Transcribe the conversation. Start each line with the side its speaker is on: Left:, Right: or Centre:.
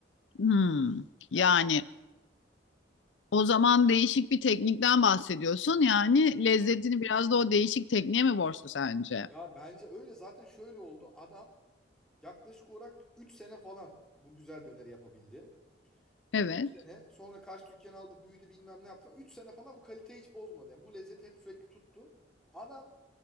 Left: hmm. Yani
Centre: Ya,
Left: O zaman değişik bir teknikten bahsediyorsun. Yani lezzetini biraz da o değişik tekniğe mi borçlu sence?
Centre: ya bence öyle zaten şöyle oldu. Adam Yaklaşık olarak 3 sene falan bu güzel döneri yapabildi.
Left: Evet.
Centre: 3 sene sonra kaç dükkan aldı büyüdü bilmem ne yaptı. üç sene falan bu kaliteyi hiç bozmadı. Yani bu lezzet hep sürekli tuttu. Adam